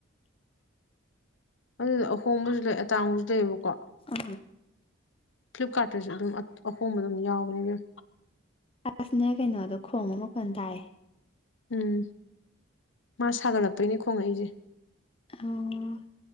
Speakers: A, on the left; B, on the left.
A: ꯑꯗꯨꯗ ꯑꯍꯣꯡꯕꯁꯨ ꯂꯩ ꯑꯇꯥꯡꯕꯁꯨ ꯂꯩꯌꯦꯕꯀꯣ꯫
B: ꯑ꯫
A: ꯐ꯭ꯂꯤꯞꯀꯥꯔꯠꯇꯁꯨ ꯑꯗꯨꯝ ꯑꯍꯣꯡꯕ ꯑꯗꯨꯝ ꯌꯥꯎꯕꯅꯦ ꯃꯦꯝ꯫
B: ꯑꯥꯁꯅ ꯀꯩꯅꯣꯗꯣ ꯈꯣꯡꯕ ꯃꯈꯣꯟ ꯇꯥꯏꯑ꯫
A: ꯎꯝ ꯃꯥ ꯁꯥꯒꯠꯂꯛꯄꯩꯅꯦ ꯈꯣꯡꯉꯛ ꯑꯩꯁꯦ꯫
B: ꯑꯣ꯫